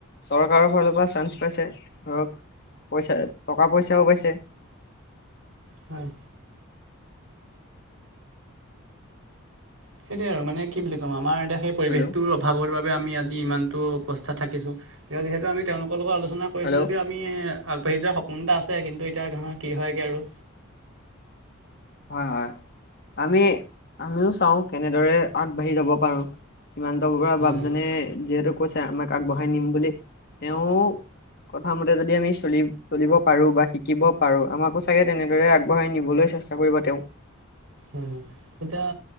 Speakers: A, on the left; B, on the right.
A: চৰকাৰৰ ফালৰ পৰা চান্স পাইছে ধৰক পইচা, টকা পইচাও পাইছে
B: হয়। সেইটোৱেই আৰু মানে কি বুলি কম আমাৰ এতিয়া সেই পৰিৱেশটো
A: হেল্ল'
B: অভাৱৰ বাবে আমি আজি ইমানটো অৱস্থা থাকিছোঁ। যিহেতু আমি তেওঁলোকৰ লগত আলোচনা কৰিছোঁ
A: হেল্ল'
B: যদিও তুমিয়ে আগবাঢ়ি যোৱা সপোন এটা আছে কিন্তু এতিয়া ধৰণৰ কি হয়গে আৰু
A: হয়', হয়। আমি আমিও চাওঁ কেনেদৰে আগবাঢ়ি যাব পাৰোঁ। সীমান্ত বাবা
B: হয়
A: বাপজনে
B: হয়
A: যিহেতু কৈছে আমাক আগবঢ়াই নিম বুলি তেওঁ কথা মতে যদি আমি চলি চলিব পাৰোঁ বা শিকিব পাৰোঁ। আমাকো চাগে তেনেদৰে আগবঢ়াই নিবলৈ চেষ্টা <unintelligible> কৰিব তেওঁ
B: উ', উ। তেতিয়া